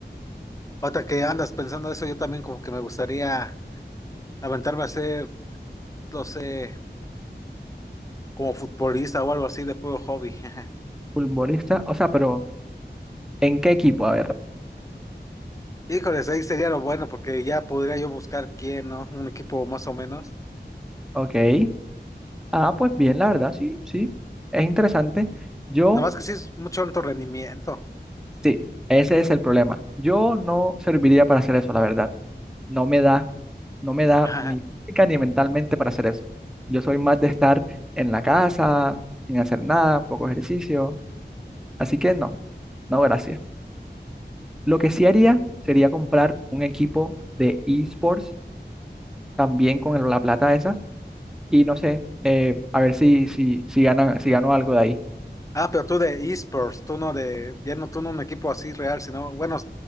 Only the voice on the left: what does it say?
Ahorita que andas pensando eso, yo también como que me gustaría aventarme a ser, no sé, como futbolista o algo así de puro hobby. <laughs>
Híjoles, ahí sería lo bueno porque ya podría yo buscar quién, ¿no? Un equipo más o menos.
Nada más que sí es mucho alto rendimiento.
<laughs> Ajá.
Ah, pero tú de esports, tú no de, ya no tú no un equipo así real, sino, bueno,